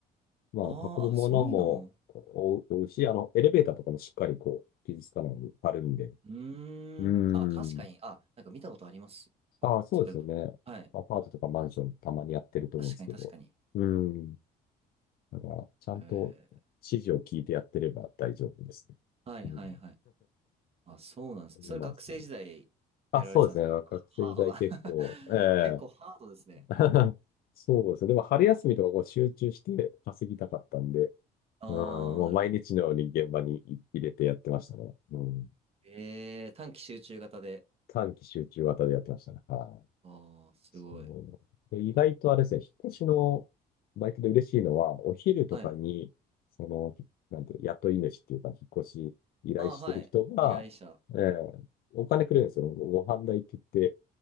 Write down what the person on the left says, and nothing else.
まあ、
運ぶものも覆うし、
あの、エレベーターとかもしっかりこう、傷つかないように貼るんで。
うん。
ああ、
そうですよね。
アパートとかマンションたまにやってると思うんですけど。
うん。だから、ちゃんと指示を聞いてやってれば大丈夫ですね。
うん。
そうなんですね。
あ、そうですね。学生時代結構、
ええ
<laughs> そうですね。でも春休みとかこう集中して稼ぎたかったんで、
うん、もう毎日のように現場に入れてやってましたね。
うん。
短期集中型でやってましたね。はい
そうで、意外とあれですね、引っ越しのバイトで嬉しいのは、お昼とかに、
その、なんていう、雇い主っていうか、引っ越し依頼してる人が、
えーお金くれるんですよ。ご飯代って言って、